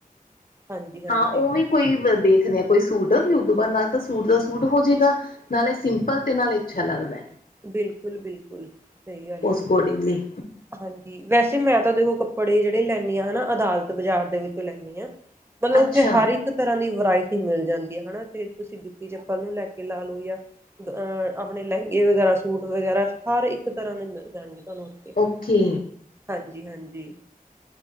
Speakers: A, on the right; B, on the left.
A: ਹਾਂਜੀ ਹਾਂਜੀ
B: ਹਾਂ ਉਵੇਂ ਕੋਈ ਦੇਖਦੇ ਆ ਕੋਈ ਸੂਟ ਵੀ ਉਦੂ ਬਾ ਨਾਲ ਤਾਂ ਸੂਟ ਦਾ ਸੂਟ ਹੋ ਜਾਏਗਾ। ਨਾਲੇ ਸਿੰਪਲ ਤੇ ਨਾਲ ਅੱਛਾ ਲੱਗਦਾ।
A: ਬਿਲਕੁਲ-ਬਿਲਕੁਲ ਸਹੀ ਗੱਲ
B: ਉਸ
A: ਹੈ।
B: ਅਕੋਰਡਿੰਗਲੀ
A: ਹਾਂਜੀ ਵੈਸੇ ਮੈਂ ਤਾਂ ਦੇਖੋ ਕੱਪੜੇ ਜਿਹੜੇ ਲੈਣੀ ਹਾਂ ਹਨਾ ਅਦਾਲਤ ਬਾਜ਼ਾਰ ਦੇ ਵਿੱਚੋਂ ਲੈਣੀ ਆਂ। ਮਤਲਬ
B: ਅੱਛਾ।
A: ਉੱਥੇ ਹਰ ਇੱਕ ਇੱਕ ਤਰ੍ਹਾਂ ਦੀ ਵਰਾਇਟੀ ਮਿਲ ਜਾਂਦੀ ਹੈ ਹਨਾ ਤੇ ਤੁਸੀਂ ਜੁੱਤੀ ਚੱਪਲ ਨੂੰ ਲੈ ਕੇ ਲਾ ਲਓ ਜਾਂ ਅਹ ਆਪਣੇ ਲਹਿੰਗੇ ਵਗੈਰਾ ਸੂਟ ਵਗੈਰਾ ਹਰ ਇੱਕ ਤਰ੍ਹਾਂ ਦੇ ਮਿਲ ਜਾਣਗੇ ਤੁਹਾਨੂੰ ਉਥੇ
B: ਓਕੇ
A: ਹਾਂਜੀ-ਹਾਂਜੀ